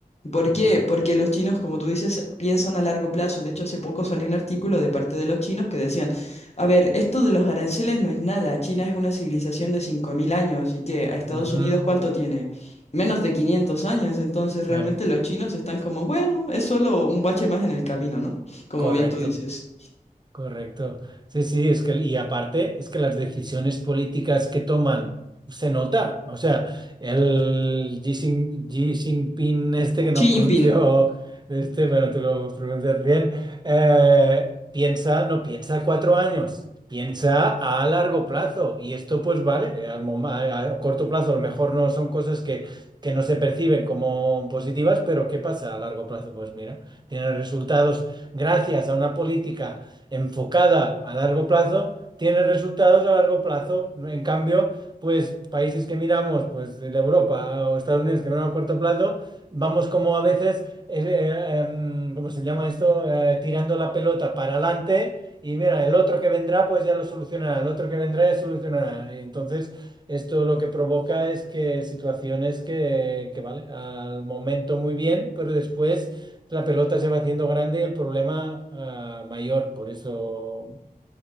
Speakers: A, on the left (about 45°); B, on the right (about 30°).
A: ¿Por
B: Ujú.
A: qué? Porque los chinos, como tú dices, piensan a largo plazo. De hecho, hace poco salió un artículo de parte de los chinos que decían, a ver, esto de los aranceles no es nada. China es una civilización de 5.000 años y que a Estados
B: Ujú.
A: Unidos, ¿cuánto tiene? Menos de 500 años. Entonces, realmente
B: Eh,
A: los chinos están como, bueno, es solo un bache más en el camino, ¿no? Como
B: correcto.
A: bien tú dices.
B: Correcto. Sí, sí, es que, y aparte, es que las decisiones políticas que toman se nota. O sea, el Xi Jin- Xi Jinping, este que no
A: Xi
B: pronunció,
A: Jinping,
B: este, bueno, tú lo pronuncias bien, eh, piensa, no piensa a cuatro años, piensa a largo plazo. Y esto, pues vale, al mom- a, a corto plazo a lo mejor no son cosas que, que no se perciben como positivas, pero ¿qué pasa a largo plazo? Pues mira, tiene resultados gracias a una política enfocada a largo plazo, tiene resultados a largo plazo. En cambio, pues países que miramos, pues de Europa o Estados Unidos que miramos a corto plazo, vamos como a veces, eh, eh, em, ¿cómo se llama esto? Eh, tirando la pelota para adelante. Y mira, el otro que vendrá, pues ya lo solucionará, el otro que vendrá ya solucionará. Y entonces, esto lo que provoca es que situaciones que, que, vale, al momento muy bien, pero después la pelota se va haciendo grande y el problema ah, mayor. Por eso,